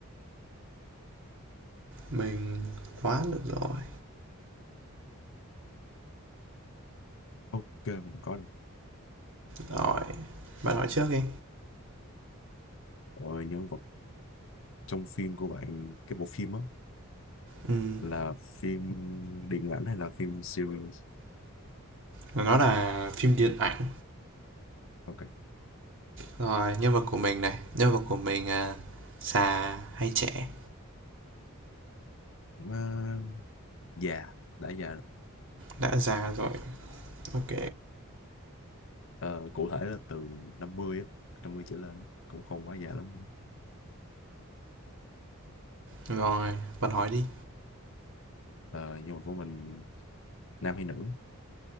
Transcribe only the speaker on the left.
ok mình có rồi.
Rồi nhân vật trong phim của bạn cái bộ phim á
là phim điện ảnh hay là phim series
ok
à, già đã già rồi
Ờ, cụ thể là từ 50 á 50 trở lên á. cũng không quá già lắm
Ờ, nhưng mà của mình nam hay nữ